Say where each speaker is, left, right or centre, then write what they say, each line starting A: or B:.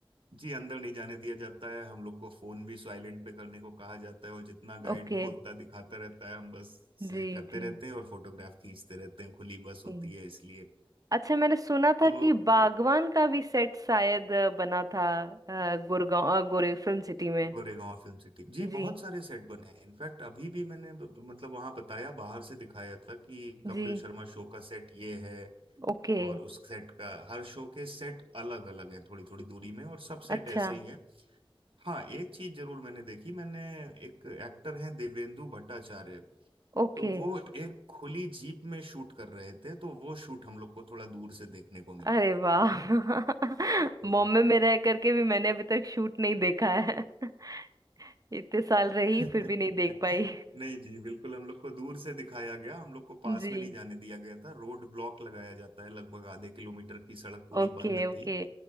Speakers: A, on the right (about 65°); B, on the right (about 40°).
A: जी अंदर नहीं जाने दिया जाता है हम लोग को फोन भी साइलेंट पे करने को कहा जाता है और जितना गाइड
B: ओके
A: <laughs> बोलता दिखाता रहता है हम बस से
B: जी
A: करते
B: जी
A: रहते हैं और फोटोग्राफ खींचते रहते हैं खुली बस होती
B: जी।
A: है इसलिए
B: अच्छा मैंने सुना था
A: तो
B: कि बागवान का भी सेट शायद अ, बना था अ, गुड़गांव अ, गोरे फिल्म सिटी में
A: गोरेगांव फिल्म सिटी जी
B: जी
A: बहुत सारे सेट बने हैं इनफैक्ट अभी भी मैंने ब- मतलब वहां बताया बाहर से दिखाया था कि कपिल
B: जी
A: शर्मा शो का सेट ये है
B: ओके
A: और उस सेट का हर शो के सेट अलग अलग हैं थोड़ी थोड़ी दूरी में और सब सेट
B: अच्छा
A: ऐसे ही हैं हाँ एक चीज जरूर मैंने देखी मैंने एक एक्टर हैं देवेंदु भट्टाचार्य
B: ओके
A: तो वो एक खुली जीप में शूट कर रहे थे तो वो शूट हम लोग को थोड़ा दूर से देखने को मिला
B: अरे वाह <laughs>
A: तो
B: बॉम्बे में रह करके भी मैंने अभी तक शूट नहीं देखा है <laughs> इतने साल रही
A: <laughs>
B: फिर भी नहीं देख पाई
A: नहीं जी बिल्कुल हम लोग को दूर से दिखाया गया हम लोग को पास
B: <laughs> जी
A: में नहीं जाने दिया गया था रोड ब्लॉक लगाया जाता है लगभग आधे किलोमीटर की सड़क पूरी
B: Okay
A: बंद
B: okay
A: थी